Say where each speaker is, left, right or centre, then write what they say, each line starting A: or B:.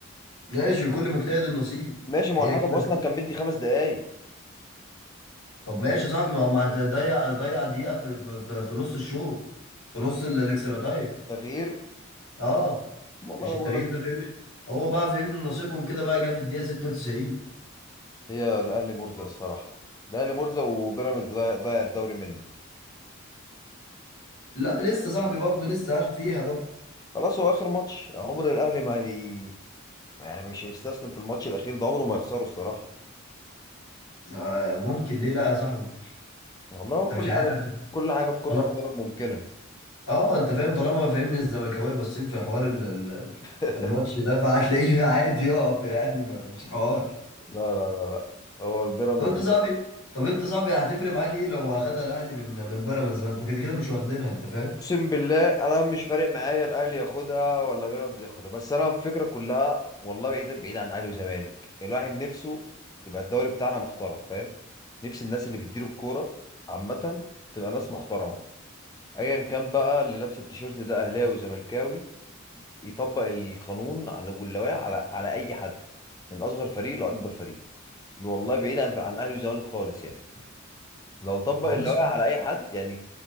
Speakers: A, on the left (about 75°); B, on the left (about 20°).
A: ماشي لكل مجتهد النصيب
B: ماشي ما
A: هي
B: هو الحكم
A: كده
B: اصلا
A: الدنيا
B: كان مدي خمس دقايق
A: طب ماشي يا صاحبي ما هو ما ضيع ضيع دقيقة في في في, في نص الشوط في نص الاكسترا تايم
B: تغيير
A: اه
B: والله
A: مش
B: ما
A: التغيير
B: بقول لك
A: ده فهمني هو بقى فهمني نصيبهم كده بقى جه في الدقيقه 96
B: هي الاهلي مرزق الصراحه الاهلي مرزق وبيراميدز ضايع ضايع الدوري منه
A: لا لسه صاحبي برضه لسه فيها برضه
B: خلاص هو اخر ماتش عمر الاهلي ما هي... يعني مش هيستسلم في الماتش الاخير ده عمره ما يخسره الصراحه
A: آه ممكن ليه لا يا صاحبي
B: والله هو
A: انت
B: كل
A: مش عارف
B: حاجه كل حاجه في كره
A: طالما
B: القدم ممكنه
A: اه انت فاهم طالما فهمني الزملكاويه باصين في حوار ال... ال- ال-
B: <laughs>
A: الماتش ده فهتلاقيه <laughs> عادي يقف يعني ما مش حوار
B: لا لا لا لا هو البيراميدز
A: طب انت صاحبي طب انت صاحبي هتفرق معاك ايه لو اخدها الاهلي من من بيراميدز ما انتوا كده كده مش واخدينها انت فاهم
B: اقسم بالله انا مش فارق معايا الاهلي ياخدها ولا بيراميدز ياخدها بس انا الفكره كلها والله بعيد بعيد عن اهلي وزمالك الواحد نفسه يبقى الدوري بتاعنا محترم فاهم نفس الناس اللي بتدير الكوره عامه تبقى ناس محترمه ايا كان بقى اللي لابس التيشيرت ده اهلاوي وزملكاوي يطبق القانون على واللوائح على على اي حد من اصغر فريق لاكبر فريق والله بعيد عن عن اهلي وزمالك خالص يعني لو طبق
A: والله
B: اللوائح
A: صعب
B: على اي حد يعني